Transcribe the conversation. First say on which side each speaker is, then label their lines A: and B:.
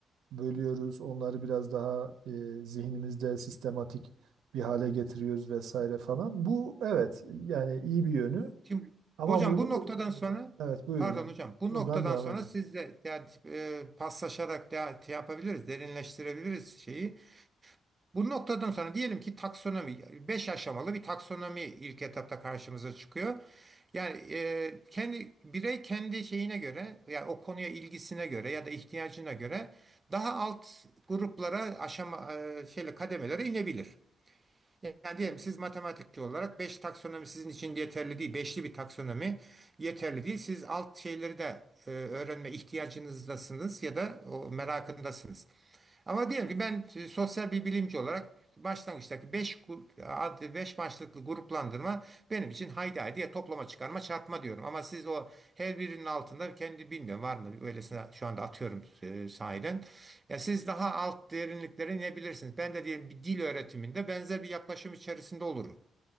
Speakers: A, on the right; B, on the right.
A: bölüyoruz. Onları biraz daha e, zihnimizde sistematik bir hale getiriyoruz vesaire falan. Bu evet yani iyi bir yönü
B: Şimdi
A: ama
B: hocam
A: bunu
B: bu noktadan sonra
A: evet buyurun
B: pardon hocam bu
A: buradan
B: noktadan
A: devam
B: sonra
A: edin.
B: sizle yani e, paslaşarak da şey yapabiliriz, derinleştirebiliriz şeyi. Bu noktadan sonra diyelim ki taksonomi 5 aşamalı bir taksonomi ilk etapta karşımıza çıkıyor. Yani e, kendi birey kendi şeyine göre yani o konuya ilgisine göre ya da ihtiyacına göre daha alt gruplara aşama e, şeyle kademelere inebilir. Yani diyelim siz matematikçi olarak 5 taksonomi sizin için yeterli değil. Beşli bir taksonomi yeterli değil. Siz alt şeyleri de e, öğrenme ihtiyacınızdasınız ya da o merakındasınız. Ama diyelim ki ben e, sosyal bir bilimci olarak başlangıçtaki 5 5 maçlıklı gruplandırma benim için haydi haydi ya toplama çıkarma çarpma diyorum. Ama siz o her birinin altında kendi bilmiyorum var mı öylesine şu anda atıyorum e, sahiden. Ya siz daha alt derinlikleri ne bilirsiniz? Ben de diyelim bir dil öğretiminde benzer bir yaklaşım içerisinde olurum.